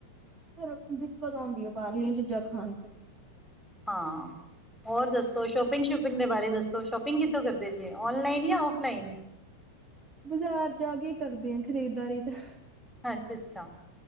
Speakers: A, on the right; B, in the centre.
A: ਫਿਰ ਉਹ ਦਿੱਕਤ ਆਉਂਦੀ ਐ, ਬਾਰਲੀਆਂ ਚੀਜ਼ਾਂ ਖਾਣ 'ਚ।
B: ਹਾਂ। ਹੋਰ ਦੱਸੋ? ਸ਼ੋਪਿੰਗ-ਸ਼ੂਪਿੰਗ ਦੇ ਬਾਰੇ ਦੱਸੋ? ਸ਼ੋਪਿੰਗ ਕਿੱਥੋਂ ਕਰਦੇ ਜੇ, ਔਨਲਾਈਨ ਜਾਂ ਔਫਲਾਈਨ।
A: ਬਾਜ਼ਾਰ ਜਾ ਕੇ ਈ ਕਰਦੇ ਆ, ਖ਼ਰੀਦਦਾਰੀ ਤਾਂ।
B: ਅੱਛਾ-ਅੱਛਾ।